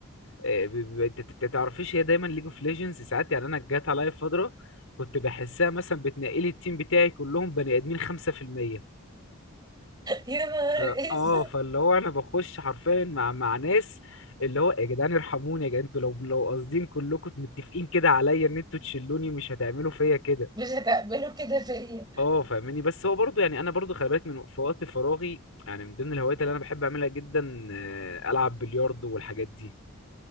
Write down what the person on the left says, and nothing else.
آه، ب- ب- ت- ت- تعرفيش هي دايما ليج اوف ليجندز ساعات يعني انا جات عليا فتره كنت بحسها مثلا بتنقلي التيم بتاعي كلهم بني ادمين 5%
اه
آه، فاللي هو انا بخش حرفيا مع مع ناس اللي هو يا جدعان ارحموني يا جدعان انتوا لو لو قاصدين كلكم متفقين كده عليا ان انتوا تشلوني مش هتعملوا فيا كده
اه فاهماني بس هو برضو يعني انا برضو خلي بالك من في وقت فراغي يعني من ضمن الهوايات اللي انا بحب اعملها جدا آه، العب بلياردو والحاجات دي